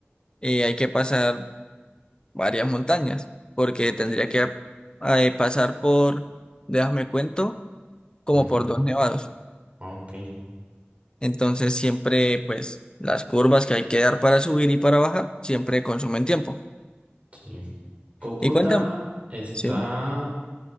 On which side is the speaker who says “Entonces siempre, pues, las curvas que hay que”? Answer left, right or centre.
Left